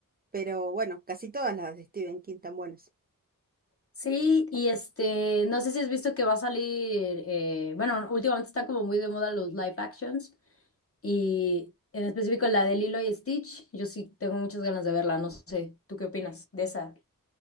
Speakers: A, on the right (about 25°); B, on the left (about 40°).
A: Pero bueno, casi todas las de Stephen King están buenas.
B: Sí, y este, no sé si has visto que va a salir, eh, bueno, últimamente están como muy de moda los live actions y en específico la de Lilo y Stitch, yo sí tengo muchas ganas de verla, no sé, ¿tú qué opinas de esa?